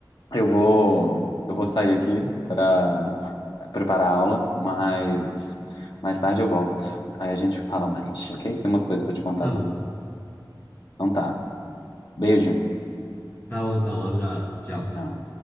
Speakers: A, on the left; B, on the left.
A: Eu vou, eu vou sair aqui para preparar a aula, mas mais tarde eu volto. Aí a gente fala mais, ok? Tem umas coisas para te contar
B: tá
A: também.
B: bom.
A: Então tá. Beijo.
B: Tá bom, então. Um abraço. Tchau.
A: Tchau.